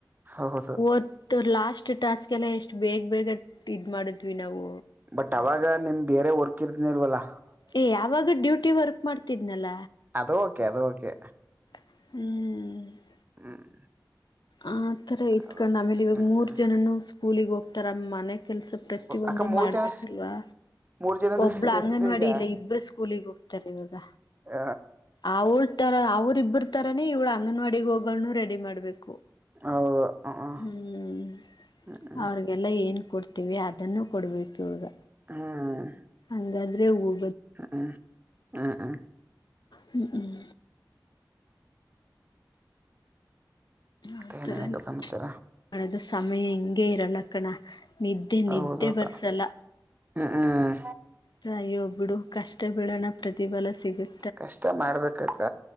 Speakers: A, on the right; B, on the left.
A: ಹೌದು
B: ಇತ್ತು ಲಾಸ್ಟ್ ಟಾಸ್ಕ್ ಎಲ್ಲ ಎಷ್ಟು ಬೇಗ ಬೇಗ ಇದ್ ಮಾಡಿದ್ವಿ ನಾವು
A: ಬಟ್ ಅವಾಗ ನಿಮ್ ಬೇರೆ ವರ್ಕನಿಲ್ವಲ್ಲ
B: ಏ ಯಾವಾಗ ಡ್ಯೂಟಿ ವರ್ಕ್ ಮಾಡ್ತಿದ್ನಲ್ಲ
A: ಅದು ಓಕೆ ಅದು ಓಕೆ
B: ಹ್ಮ್
A: ಹ್ಮ್
B: ಆ ಆ ತರ ಇತ್ಕಂಡ್
A: ಅದು
B: ಆಮೇಲೆ ಇವಾಗ
A: ಹ್ಮ್
B: ಮೂರ್ ಜನನು ಕೂಲಿಗೆ ಹೋಗ್ತಾರ ಮನೆ ಕೆಲ್ಸ ಪ್ರತಿಯೊಂದು
A: ಅಕ್ಕ ಮೂರ್
B: ಮಾಡ್ಬೇಕಲ್ವಾ
A: ಜನ ಮೂರ್ ಜನದ್ದು
B: ಒಬ್ಳ
A: ಸೇರ್ಸಿದೆ
B: ಅಂಗನವಾಡಿ
A: ಈಗ
B: ಇಲ್ಲ ಇಬ್ಬ್ರ ಸ್ಕೂಲಿಗೆ ಹೋಗ್ತಾರೆ ಇವಾಗ
A: ಹ
B: ಆವಳ್ ತರ ಅವ್ರ ಇಬ್ಬರ ತರಾನೇ ಇವ್ಳ ಅಂಗನವಾಡಿಗೆ ಹೋಗುಗಳನ್ನು ರೆಡಿ ಮಾಡ್ಬೇಕು
A: ಹೌದು ಹ್ಮ್
B: ಹ್ಮ್
A: ಹ್ಮ್
B: ಅವ್ರಿಗೆಲ್ಲ ಏನ್ ಕೊಡ್ತ ವಿ ಅದನ್ನು ಕೊಡಬೇಕು ಇವುಳಗ
A: ಹಾ ಹ
B: ಹಂಗಾದ್ರೆ ಹ
A: ಹ್ಮ ಹ ಹಾ
B: ಹ್ಮ್ ಹ್ಮ್
A: ಮತ್ತೆ
B: ಆತರನೇ
A: ಏನನಕ್ಕ ಸಮಾಚಾರ
B: ಮಾಡೋದು ಸಮಯ ಹಿಂಗೆ ಇರಲಕ್ಕಣ ನಿದ್ದೆ ನಿದ್ದೆ
A: ಹೌದು ಅಕ್ಕ
B: ಬರ್ಸಲ್ಲ
A: ಹ್ಮ್ ಹ್ಮ್
B: ತಯೊ ಬಿಡು ಕಷ್ಟ ಬಿಡೋಣ ಪ್ರತಿಫಲ ಸಿಗುತ್ತೆ
A: ಕಷ್ಟ ಮಾಡ್ಬೇಕಕ್ಕ